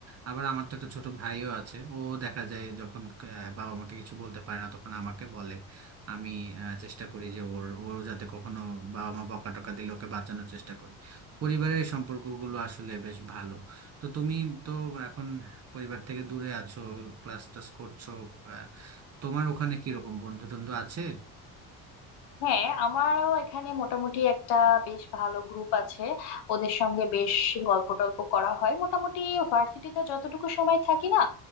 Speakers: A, on the right (about 35°); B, on the left (about 70°).
A: আবার আমার তো একটা ছোট ভাইও আছে ও দেখা যায় যখন আহ, বাবা মাকে কিছু বলতে পারে না তখন আমাকে বলে আমি আহ, চেষ্টা করি যে ওর ওরও যাতে কখনো বাবা মা বকা টকা দিলে ওকে বাঁচানোর চেষ্টা করি পরিবারের এই সম্পর্কগুলো আসলে বেশ ভালো তো তুমি তো এখন পরিবার থেকে দূরে আছো ক্লাস টাস করছো আহ, তোমার ওখানে কিরকম বন্ধু টন্ধু আছে
B: হ্যাঁ আমারও এখানে মোটামুটি একটা বেশ ভালো গ্রুপ আছে ওদের সঙ্গে বেশ গল্প টল্প করা হয় মোটামুটি ভার্সিটিতে যতটুকু সময় থাকি না